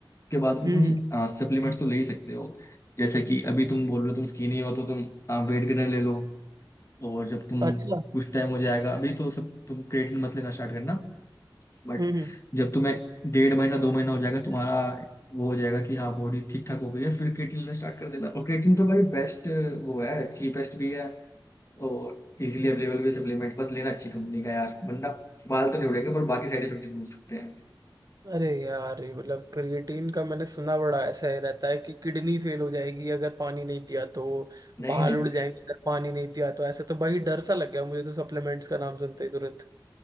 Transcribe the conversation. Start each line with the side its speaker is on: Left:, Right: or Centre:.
Left: के बाद में
Right: हम्म
Left: तुम
Right: हम्म,
Left: सप्लीमेंट्स तो ले ही सकते हो जैसे कि अभी तुम बोल रहे हो तुम स्किनी हो तो तुम वेट गेनर ले लो और जब तुम
Right: अच्छा
Left: कुछ टाइम हो जाएगा अभी तो सब तुम क्रिएटिन मत लेना स्टार्ट करना बट
Right: हम्म हम्म।
Left: जब तुम्हें डेढ़ महीना दो महीना हो जाएगा तुम्हारा वो हो जाएगा कि हाँ बॉडी ठीक ठाक हो गई है फिर क्रिएटिन लेना स्टार्ट कर देना और क्रिएटिन तो भाई बेस्ट वो है चीपेस्ट भी है और इजीली अवेलेबल भी सप्लीमेंट बस लेना अच्छी कंपनी का यार वरना बाल तो नहीं उड़ेंगे पर बाकी साइड इफेक्ट जरूर हो सकते हैं
Right: अरे यार ये मतलब क्रिएटिन का मैंने सुना बड़ा ऐसा है रहता है कि किडनी फेल हो जाएगी अगर पानी नहीं पिया तो
Left: नहीं
Right: बाल
Left: नहीं
Right: उड़ जाएंगे अगर पानी नहीं पिया तो ऐसा तो भाई डर सा लग गया मुझे तो सप्लीमेंट्स का नाम सुनते ही तुरंत